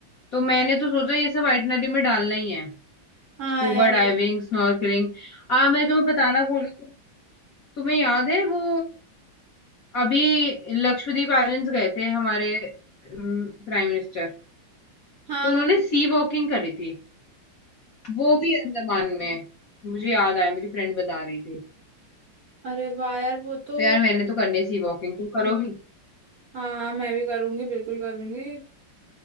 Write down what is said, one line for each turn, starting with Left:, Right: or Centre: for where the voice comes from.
Left: तो मैंने तो सोचा ये सब आइटनरी में डालना ही है
Right: हाँ
Left: स्कूबा
Right: यार
Left: डाइविंग
Right: ये-
Left: स्नॉर्कलिंग आ मैं तुम्हें बताना भूल गई तु- तुम्हें याद है वो अभी लक्षद्वीप आइलैंड्स गए थे हमारे प्राइम मिनिस्टर
Right: हाँ
Left: तो उन्होंने
Right: हाँ
Left: सी वॉकिंग करी थी वो भी अंडमान में मुझे याद आया मेरी फ्रेंड बता रही थी
Right: अरे वाह यार वो तो
Left: तो यार मैंने तो करनी है सी वॉकिंग तुम करोगी
Right: हाँ हाँ, मैं भी करूंगी बिल्कुल करूंगी